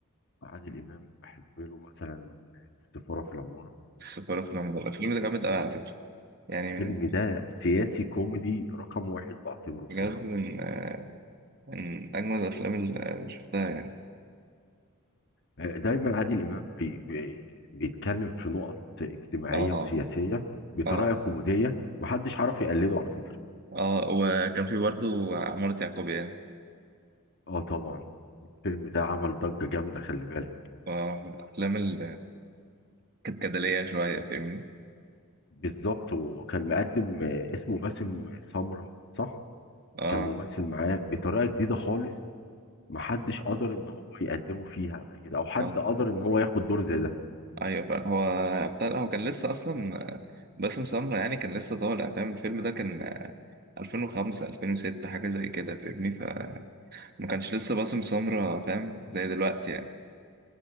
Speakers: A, on the left; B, on the right.
A: عادل امام بحب له مثلا السفاره في العماره
B: السفارة في العمر الفيلم ده جامد قوي على فكرة يعني
A: الفيلم
B: من
A: ده سياسي كوميدي رقم واحد بعتبره بصراحه
B: بجد من آه، من اجمل الافلام اللي اللي شفتها يعني
A: آه، دايما عادل امام بي بي بيتكلم في نقط اجتماعيه
B: اه
A: وسياسيه بطريقه
B: اه
A: كوميديه محدش عارف يقلده على فكره
B: اه وكان في برضه عمارة يعقوبيان
A: اه طبعا الفيلم ده عمل ضجه جامده خلي بالك
B: اه من الأفلام اللي كانت جدلية شوية فاهمني
A: بالظبط وكان مقدم آه، اسمه باسم سمرة صح
B: اه
A: كان ممثل معاه بطريقة جديدة خالص محدش قدر ان هو يقدمه فيها قبل كده او حد
B: اه
A: قدر ان هو ياخد دور زي ده
B: أيوة فعلا هو ابتدى هو كان لسه أصلا آه، باسم سمرة يعني كان لسه طالع فاهم الفيلم ده كان آه، 2005 2006 حاجة زي كده فاهمني فما كانش لسه باسم سمرة فاهم زي دلوقتي يعني